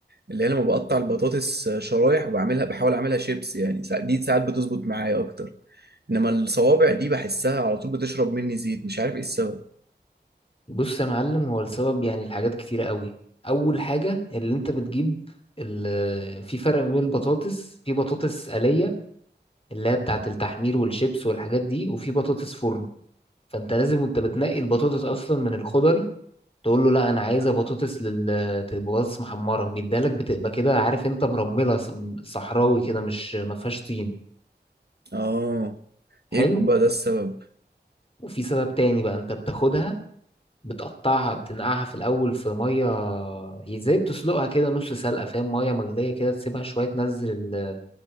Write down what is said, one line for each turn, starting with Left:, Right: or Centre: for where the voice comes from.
Right: اللي هي لما بقطع البطاطس شرايح وبعملها بحاول أعملها شيبس يعني سا- دي ساعات بتظبط معايا أكتر إنما الصوابع دي بحسها على طول بتشرب مني زيت مش عارف إيه السبب
Left: بص يا معلم هو السبب يعني الحاجات كتيرة قوي اول حاجة اللي انت بتجيب ال- في فرق ما بين البطاطس في بطاطس آلية اللي هي بتاعة التحمير والشيبس والحاجات دي وفي بطاطس فرن فانت لازم وانت بتنقي البطاطس اصلا من الخضري تقول له لا انا عايزه بطاطس لل بطاطس محمره بيدالك بتبقى كده عارف انت مرمله ص- صحراوي كده مش ما فيهاش طين
Right: اه يمكن
Left: حلو
Right: بقى ده السبب
Left: وفي سبب تاني بقى انت بتاخدها بتقطعها بتنقعها في الاول في ميه ازاي بتسلقها كده نص سلقه فاهم ميه مغليه كده تسيبها شويه تنزل ال-